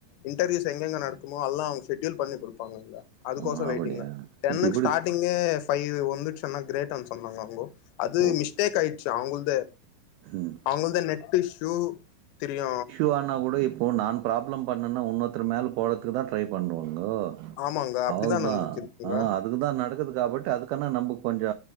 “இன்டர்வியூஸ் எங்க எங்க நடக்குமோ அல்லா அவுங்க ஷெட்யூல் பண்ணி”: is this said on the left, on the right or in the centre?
Left